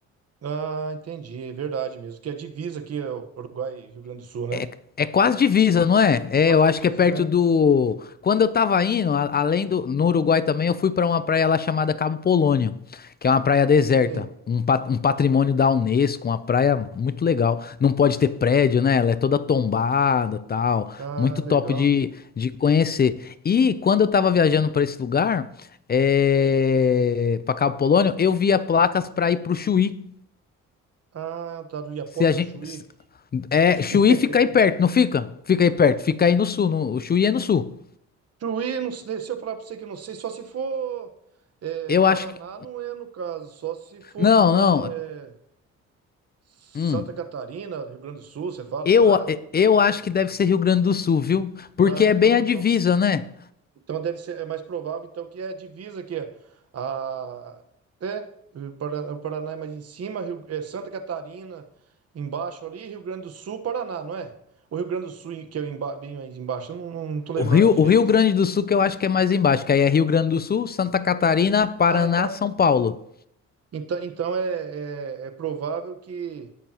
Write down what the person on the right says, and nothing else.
Ah, entendi, é verdade mesmo, que é a divisa aqui, é o Uruguai e Rio Grande do Sul, né?
Quase
divisa,
né?
Sim.
Ah,
legal.
Ah, tá, do Iapoque
ao Chuí.
<laughs>
Chuí, não sei, se eu falar pra você que eu não sei, só se for é,
Paraná,
não é no caso, só se for
então
é, Santa
Catarina, Rio Grande do Sul, você fala,
será?
Ah,
então,
então,
então deve ser, é mais provável então que é a divisa que é a é o Para- o Paraná é mais em cima, Rio- é, Santa Catarina embaixo ali, Rio Grande do Sul, Paraná, não é? O Rio Grande do Sul que é o emba- bem mais embaixo, eu não, não tô lembrado
direito.
Ah, então,
então, então é, é, é provável que,